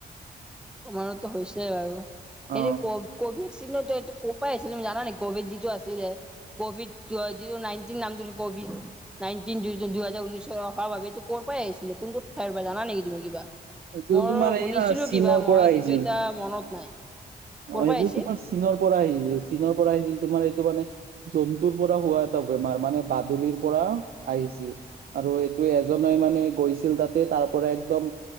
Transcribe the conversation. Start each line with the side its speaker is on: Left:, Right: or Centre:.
Centre: তোমাৰটো হৈছে বাৰু
Right: অ
Centre: হেৰী ক কবি ছিলে এইটো এইটো ক'পা আহিছিলে তুমি জানা নেকি কভিড যিটো আছিলে কভিড য যিটো নাইন টিন নাম যিটো কভিড নাইন টিন দু দু দুহেজাৰ ঊনৈশত অহাৰ বাবে এইটো কৰ পৰা আহিছিলে কোনটো ঠাইৰ পৰা জানা নেকি তুমি কিবা
Right: এইটো
Centre: মই
Right: তোমাৰ
Centre: শুনিছিলো
Right: এইয়া চীনৰ
Centre: কিবা মই
Right: পৰা আহিছিল
Centre: কিন্তু এতিয়া মনত নাই। ক'ৰ
Right: অ
Centre: পৰা
Right: এইটো
Centre: আহিছিল
Right: তোমাৰ চীনৰ পৰা আহিছিল। চীনৰ পৰা আহিছিল তোমাৰ। টো মানে জন্তুৰ পৰা হোৱা এটা বেমাৰ মানে বাদুলিৰ পৰা আহিছ আৰু ত এজনে মানে গৈছিল তাতে তাৰ পৰা একদম